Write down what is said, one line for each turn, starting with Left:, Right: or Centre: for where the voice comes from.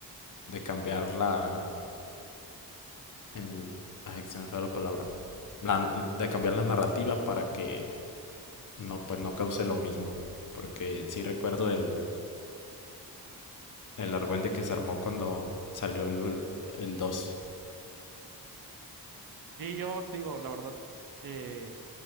Left: de cambiar la... el- ay, se me fue la palabra. La- de cambiar la narrativa para que no, pues no cause lo mismo. Porque sí recuerdo el, el argüende que se armó cuando salió el, el dos,
Right: Sí, yo te digo, la verdad, eh,